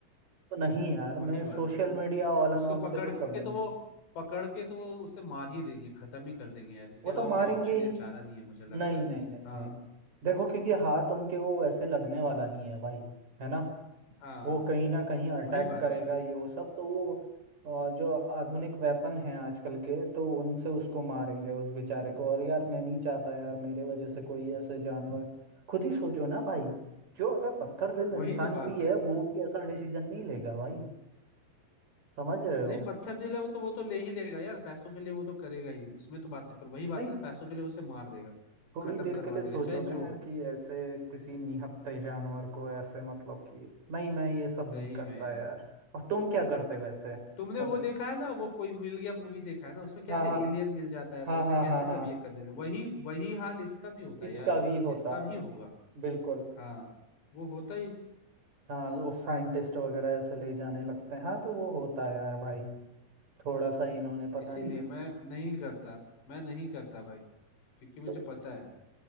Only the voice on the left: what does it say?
वही
बात
है तो वो
उसको
पकड़
के
तो
वो पकड़ के तो वो उसे मार ही देंगे खत्म ही कर देंगे यार इसके
अलावा
कोई ऑप्शन
या चारा नहीं है मुझे लगता
है
हाँ
हाँ
वही बात
है
वही
तो बात
है
नहीं पत्थर दिला वो तो वो तो ले ही लेगा यार पैसों के लिए वो तो करेगा ही उसमें तो बात नहीं पर वही बात
है पैसों के लिए उसे मार देगा
खत्म
करवा
देगा
चाहे
जो
हो
सही
में यार
तुमने वो देखा है ना वो कोई मिल गया मूवी देखा है ना उसमें कैसे
एलियन मिल जाता है
तो उसे
कैसे
सब ये करने लगे वही वही हाल इसका भी होता है
यार
इसका भी होगा
हाँ वो होता ही
इसीलिए
मैं नहीं करता मैं नहीं करता भाई क्योंकि मुझे
पता है